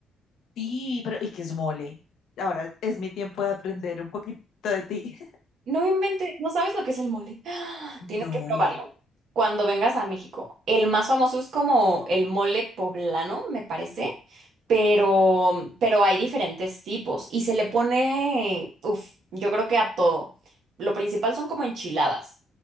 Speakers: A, on the left; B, on the right.
A: Sí, pero ¿y qué es mole? Ahora es mi tiempo de aprender un poquito de ti. <laughs>
B: No inventes, no sabes lo que es el mole. <gasps> ¡Ah! Tienes
A: No,
B: que probarlo cuando vengas a México. El más famoso es como el mole poblano, me parece, pero, pero hay diferentes tipos y se le pone, uff, yo creo que a todo. Lo principal son como enchiladas